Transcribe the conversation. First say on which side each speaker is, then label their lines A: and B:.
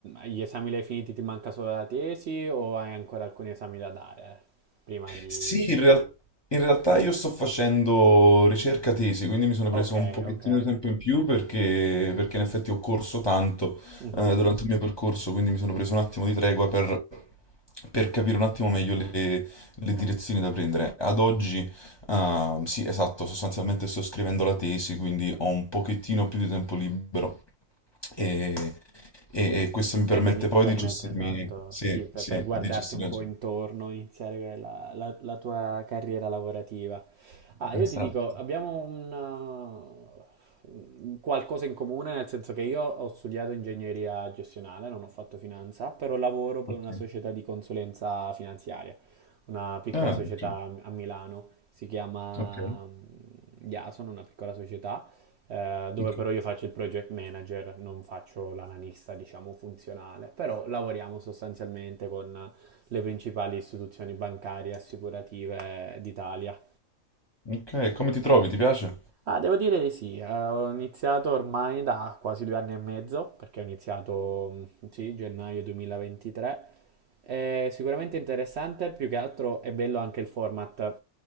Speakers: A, on the right; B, on the left.
A: gli esami li hai finiti, ti manca solo la tesi o hai ancora alcuni esami da dare prima di...
B: Sì, in real- in realtà io sto facendo ricerca tesi, quindi mi sono
A: Ok,
B: preso un pochettino
A: ok.
B: di tempo in più perché, perché in effetti ho corso tanto
A: Mhm.
B: eh, durante il mio percorso, quindi mi sono preso un attimo di tregua per, per capire un attimo meglio le, le direzioni da prendere. Ad oggi, ah, sì, esatto, sostanzialmente sto scrivendo la tesi, quindi ho un pochettino più di tempo libero e, e- e questo mi permette
A: E quindi ti
B: poi
A: permette,
B: di gestirmi,
A: esatto,
B: sì,
A: ti- per,
B: sì,
A: per guardarti
B: di gestire
A: un
B: la
A: po'
B: giornata.
A: intorno, iniziare la, la- la tua carriera lavorativa. Ah, io
B: Esatto.
A: ti dico, abbiamo un, uh, un qualcosa in comune, nel senso che io ho studiato ingegneria gestionale, non ho fatto finanza, però lavoro per
B: ok.
A: una società di consulenza finanziaria, una piccola
B: Ah,
A: società
B: ok,
A: a Milano si chiama
B: ok,
A: mm, Yason, una piccola società, eh, dove
B: ok.
A: però io faccio il project manager, non faccio l'analista, diciamo, funzionale, però lavoriamo sostanzialmente con le principali istituzioni bancarie e assicurative d'Italia.
B: Ok, come ti trovi? Ti piace?
A: Ah, devo dire di sì, eh, ho iniziato ormai da quasi due anni e mezzo, perché ho iniziato, mm, sì, gennaio 2023. È sicuramente interessante, più che altro è bello anche il format,